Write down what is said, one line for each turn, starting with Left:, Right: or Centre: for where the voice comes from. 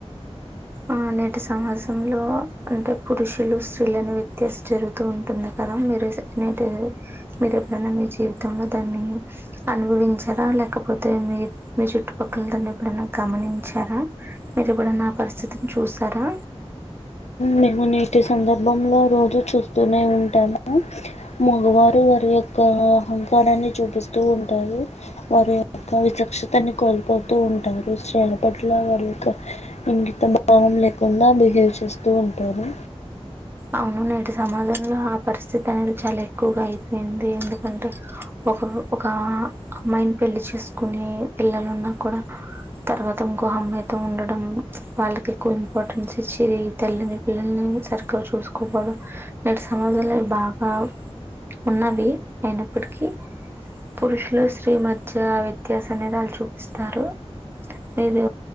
Right: ఆ నేటి సమాజంలో అంటే పురుషులు స్త్రీలను వ్యత్యస జరుగుతూ ఉంటుంది కదా మీరు నేటి మీరు ఎప్పుడైనా మీ జీవితంలో దాన్ని అనుభవించారా లేకపోతే మీ మీ చుట్టుపక్కల దాన్ని ఎప్పుడైనా గమనించారా మీరు ఎప్పుడైనా పరిస్థితి అతను చూసారా
Left: మేము నేటి సందర్భంలో రోజు చూస్తూనే ఉంటాము మగవారు వారి యొక్క అహంకారాన్ని చూపిస్తూ ఉంటారు వారి యొక్క విచక్షతని కోల్పోతూ ఉంటారు స్త్రీల పట్ల వారి యొక్క ఇంగీత భావం లేకుండా బిహేవ్ చేస్తూ ఉంటారు
Right: అవును నటి సమాజంలో ఆ పరిస్థితి అనేది చాలా ఎక్కువగా అయిపోయింది ఎందుకంటే ఒక ఒక అమ్మాయిని పెళ్లి చేసుకుని పిల్లలు ఉన్నా కూడా తర్వాత ఇంకో అమ్మాయితో ఉండడం వాళ్ళకి ఎక్కువ ఇంపార్టెన్స్ ఇచ్చేది తల్లిని పిల్లల్ని సరి చూసుకోపోవడం నేటి సమాజంలో బాగా ఉన్నవి అయినప్పటికీ పురుషులు స్త్రీ మధ్య వ్యత్యాస అనేది వాళ్ళు చూపిస్తారు మీరు